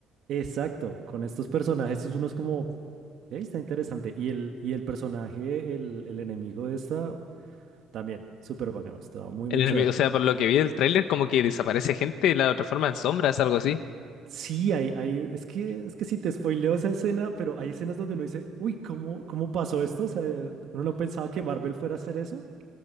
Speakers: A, on the right; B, on the left.
A: exacto, con estos personajes uno es como, "Ey, está interesante. Y el, y el personaje, el, el enemigo de esta, también, súper bacano, estaba muy,
B: El
A: muy
B: enemigo,
A: chévere.
B: o sea, por lo que vi del tráiler, como que desaparece gente y la transforma en sombras, algo así.
A: Sí, hay, hay, es que, es que si te spoileo esa escena, pero hay escenas donde uno dice, uy, ¿cómo, cómo pasó esto? O sea, uno no pensaba que Marvel fuera a hacer eso.